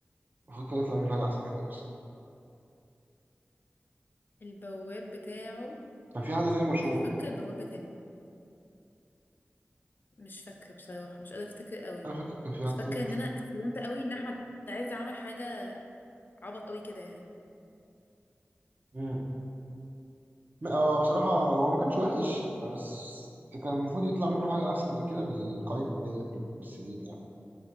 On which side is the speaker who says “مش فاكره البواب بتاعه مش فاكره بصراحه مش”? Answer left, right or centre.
Left